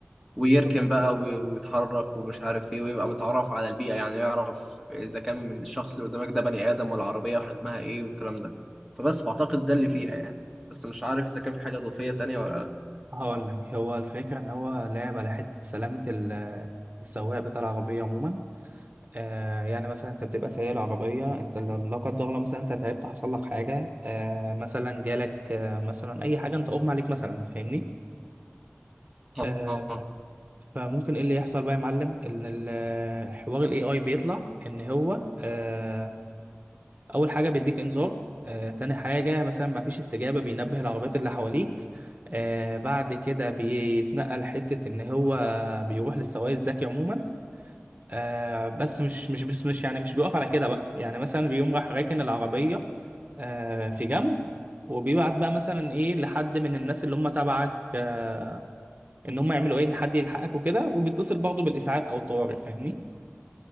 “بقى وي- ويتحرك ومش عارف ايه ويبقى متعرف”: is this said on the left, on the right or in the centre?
Centre